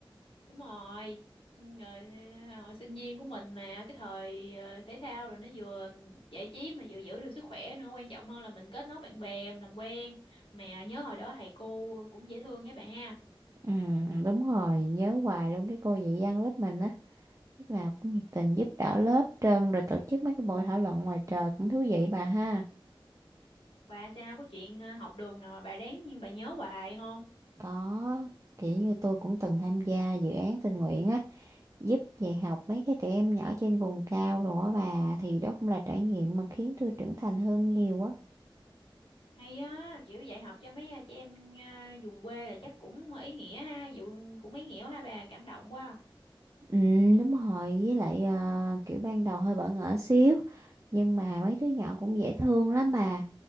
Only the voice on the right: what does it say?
Ừ, đúng rồi, nhớ hoài luôn cái cô dạy văn lớp mình á. Lúc nào cũng nhiệt tình giúp đỡ lớp trơn rồi tổ chức mấy cái buổi thảo luận ngoài trời cũng thú vị bà ha.
Có, kiểu như tôi cũng từng tham gia dự án tình nguyện á, giúp dạy học mấy cái trẻ em nhỏ trên vùng cao rồi á bà, thì đó cũng là trải nghiệm mà khiến tôi trưởng thành hơn nhiều á.
Ừ, đúng rồi, với lại ờ, kiểu ban đầu hơi bỡ ngỡ xíu, nhưng mà mấy đứa nhỏ cũng dễ thương lắm bà,